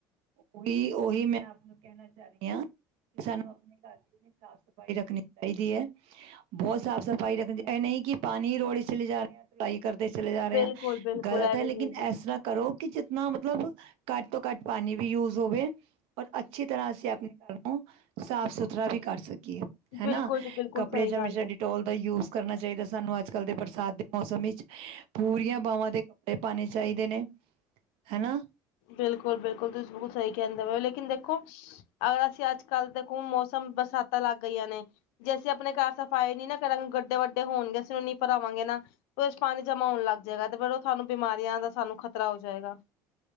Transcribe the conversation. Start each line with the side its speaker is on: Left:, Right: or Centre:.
Right: ਉਹੀ, ਉਹੀ ਮੈਂ ਆਪ ਨੂੰ ਕਹਿਣਾ ਚਾਹ ਰਹੀ ਹਾਂ, ਕਿ ਸਾਨੂੰ ਆਪਣੇ ਘਰ ਦੀ ਇਤਨੀ ਸਾਫ਼ ਸਫ਼ਾਈ ਰੱਖਣੀ ਚਾਹੀਦੀ ਹੈ ਬਹੁਤ ਸਾਫ਼ ਸਫ਼ਾਈ ਰੱਖਣੀ, ਨਹੀਂ ਕਿ ਪਾਣੀ ਰੋੜੇ ਚਲੇ ਜਾ ਰਹੇ ਪੜ੍ਹਾਈ ਕਰਦੇ ਚਲੇ ਜਾ ਰਹੇ
Left: ਬਿਲਕੁਲ-ਬਿਲਕੁਲ
Right: ਆ, ਗ਼ਲਤ
Left: ਇਹ
Right: ਹੈ,
Left: ਵੀ
Right: ਲੇਕਿਨ
Left: ਨਹੀਂ ਜੀ।
Right: ਇਸ ਤਰ੍ਹਾਂ ਕਰੋ ਕਿ ਨਾ ਮਤਲਬ, ਘੱਟ ਤੋਂ ਘੱਟ ਪਾਣੀ ਵੀ ਯੂਜ ਹੋਵੇ ਔਰ ਅੱਛੀ ਤਰ੍ਹਾਂ ਅਸੀਂ ਆਪਣੇ ਘਰ ਨੂੰ, ਸਾਫ- ਸੁਥਰਾ ਵੀ ਕਰ ਸਕੀਏ ਹਨਾ,
Left: ਬਿਲਕੁਲ ਜੀ ਬਿਲਕੁਲ
Right: ਕੱਪੜੇ
Left: ਸਹੀ
Right: ਹਮੇਸ਼ਾ,
Left: ਗੱਲ ਹੈ।
Right: ਡਿਟੋਲ ਦਾ ਯੂਜ ਕਰਨਾ ਚਾਈਦੈ ਸਾਨੂੰ ਅੱਜ ਕੱਲ ਦੇ ਬਰਸਾਤ ਦੇ ਮੌਸਮ ਇੱਚ, ਪੂਰੀਆਂ ਬਾਵਾਂ ਦੇ ਕੱਪੜੇ ਪਾਨੇ ਚਾਈਦੇ ਨੇ। ਹੈ ਨਾ
Left: ਬਿਲਕੁਲ, ਬਿਲਕੁਲ ਤੁਸੀਂ ਬਿਲਕੁਲ ਸਹੀ ਕਹਿੰਦੇ ਹੋ, ਲੇਕਿਨ ਦੇਖੋ ਅਗਰ ਅਸੀਂ ਅੱਜ ਕੱਲ੍ਹ ਦੇਖੋ ਮੌਸਮ, ਬਰਸਾਤਾਂ ਲੱਗ ਗਈਆਂ ਨੇ ਜੇ ਅਸੀਂ ਆਪਣੇ ਘਰ ਸਫ਼ਾਈ ਨੀ ਨਾ ਕਰਾਂਗੇ, ਗੱਡੇ ਵੱਡੇ ਹੋਣਗੇ, ਅਸੀਂ ਉਹ ਨਹੀਂ ਭਰਾਵਾਂਗੇ ਨਾ ਬਸ ਪਾਣੀ ਜਮਾ ਹੋਣ ਲੱਗ ਜਾਏਗਾ, ਤੇ ਫਿਰ ਉਹ ਸਾਨੂੰ ਬਿਮਾਰੀਆਂ ਦਾ ਸਾਨੂੰ ਖ਼ਤਰਾ ਹੋ ਜਾਏਗਾ।